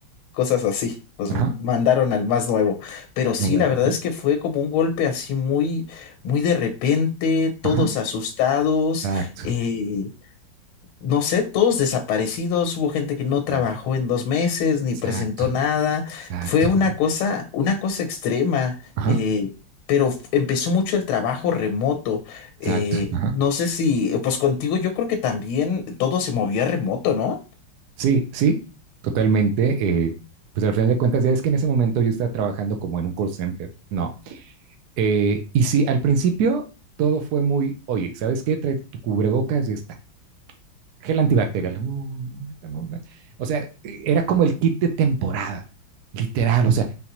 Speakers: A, on the left (about 80°); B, on the right (about 65°).
A: cosas así. Pues
B: ajá,
A: mandaron al más nuevo. Pero sí,
B: no, bueno,
A: la verdad
B: ajá,
A: es que fue como un golpe así muy, muy de repente, todos
B: ajá,
A: asustados.
B: exacto,
A: eh, no sé, todos desaparecidos, hubo gente que no trabajó
B: ah,
A: en dos meses, ni
B: exacto,
A: presentó nada,
B: exacto,
A: fue una
B: ajá,
A: cosa, una cosa extrema,
B: ajá,
A: eh, pero f- empezó mucho el trabajo remoto,
B: exacto,
A: eh,
B: ajá.
A: no sé si, pues contigo yo creo que también todo se movía remoto, ¿no?
B: Sí, sí, totalmente. eh, pues al final de cuentas, ya es que en ese momento yo estaba trabajando como en un call center, ¿no? Eh, y sí, al principio todo fue muy, oye, ¿sabes qué? Trae tu cubrebocas y está. Gel antibacterial. no, no, ahorita no, no". O sea, eh, era como el kit de temporada, literal. O sea,